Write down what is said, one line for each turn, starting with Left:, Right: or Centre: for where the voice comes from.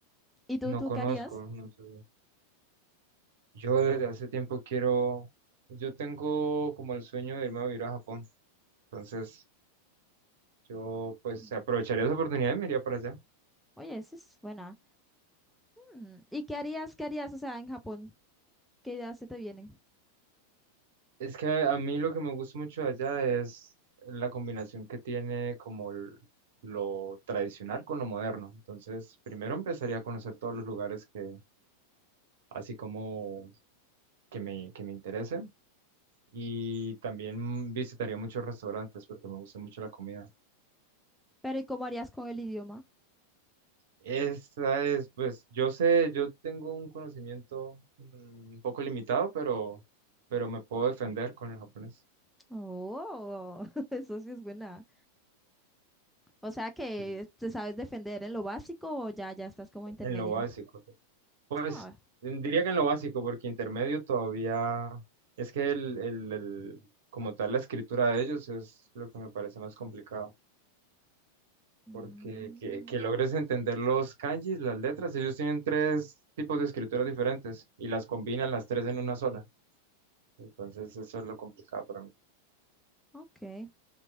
Centre: ¿Y tú,
Right: No
Centre: tú
Right: conozco,
Centre: qué harías?
Right: no sé. Yo desde hace tiempo quiero, pues, yo tengo como el sueño de irme a vivir a Japón. Entonces, yo pues
Centre: Mm,
Right: aprovecharía esa oportunidad y me iría para allá.
Centre: Oye, esa es buena. Mm, ¿Y qué harías, qué harías, o sea, en Japón? ¿Qué ideas se te vienen?
Right: Es que a mí lo que me gusta mucho de allá es la combinación que tiene como el- lo tradicional con lo moderno. Entonces, primero empezaría a conocer todos los lugares que, así como que me, que me interesen. Y también visitaría muchos restaurantes porque me gusta mucho la comida.
Centre: Pero ¿y cómo harías con el idioma?
Right: Esa es, pues, yo sé, yo tengo un conocimiento mm, un poco limitado, pero, pero me puedo defender con el japonés
Centre: Oh, <laughs> eso sí es buena. O sea que
Right: sí,
Centre: te sabes defender en lo básico o ya, ya estás como intermedio.
Right: en lo básico. Pues,
Centre: Ah,
Right: mm, diría que en lo básico, porque intermedio todavía es que el, el, el- como tal la escritura de ellos es lo que me parece más complicado.
Centre: mm,
Right: porque que, que logres entender los kanjis, las letras, ellos tienen tres tipos de escrituras diferentes y las combinan las tres en una sola. Entonces eso es lo complicado para mí.
Centre: ok.